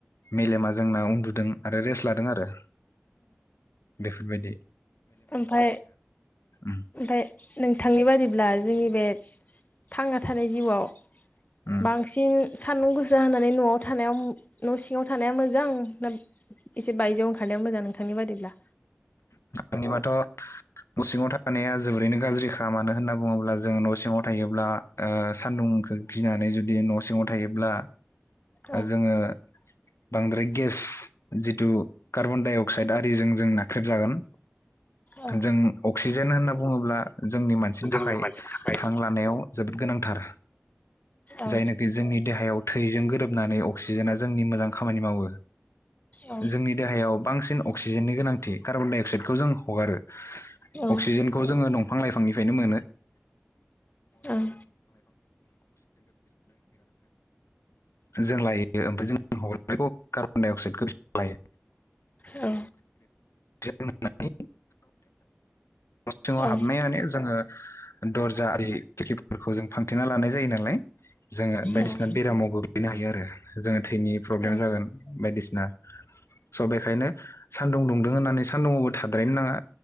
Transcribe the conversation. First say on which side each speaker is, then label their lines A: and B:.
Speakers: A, on the left; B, on the left.
A: मेलेमा जोंना उन्दु दों आरो रेस्ट लादों आरो बेबायदि।
B: ओमफाय
A: उम
B: ओमफाय नोंथांनि बादिब्ला जोंनि बे थांना थानाय जिउआव
A: उम
B: बांसिन सान्दुं गोसा होनानै न'आव थानायाव न' सिङाव थानाया मोजां ना एसे बायजोआव ओंखारनाया मोजां नोंथांनि बादिब्ला?
A: आंनिबाथ' न' सिङाव थानाया जोबोरैनो गाज्रिखा मानो होनना बुङोब्ला जों न' सिङाव थायोब्ला ओ सान्दुंखौ गिनानै जुदि न' सिङाव थायोब्ला
B: औ
A: जोङो बांद्राय गेस जिथु कार्बन डाइ अक्साइड आरिजों जों नाख्रेबजागोन।
B: औ
A: जों अक्सिजेन होनना बुङोब्ला जोंनि मानसिनि
B: जों जोंनि
A: थाखाय
B: मानसिनि थाखाय
A: हां लानायाव जोबोद गोनांथार
B: औ
A: जायनोखि जोंनि देहायाव थैजों गोरोबनानै अक्सिजेना जोंनि मोजां खामानि मावो।
B: औ
A: जोंनि देहायाव बांसिन अक्सिजेननि गोनांथि कार्बनडाइ अक्साइड बेखौ जों हगारो।
B: औ ओं
A: अक्सिजेनखौ जोङो दं फां लाइफांनिफ्रायनो मोनो। <unintelligible> <unintelligible>
B: ओं
A: जों लायो ओमफाय जों <unintelligible> कार्बन डाइ अक्साइदखौ बिसोर लायो।
B: औ।
A: <unintelligible> <unintelligible> न' सिङाव
B: औ ओं
A: हाबनाय माने जोङो दर्जा आरि खेर्खिफोरखौ जों फांथेना लानाय जायो नालाय। जोङो बायदिसिना
B: ओं
A: बेरामाव गोग्लैनो हायो आरो जोङो थैनि प्रब्लेम
B: ओं
A: जागोन बायदिसि ना स' बेखायनो सान्दुं दुंदों होननानै सान्दुंआवबो थाद्रायनो नाङा